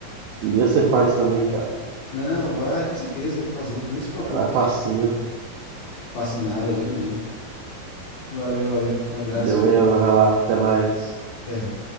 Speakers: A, on the right; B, on the left.
A: Um dia você faz também, cara.
B: Não, vai, com certeza eu vou fazer. Nem se preocupe.
A: Ela é facinho.
B: Faço nada, eu nem. Valeu, valeu. Abraço,
A: Beleza,
B: viu?
A: vai lá, até mais.
B: Até.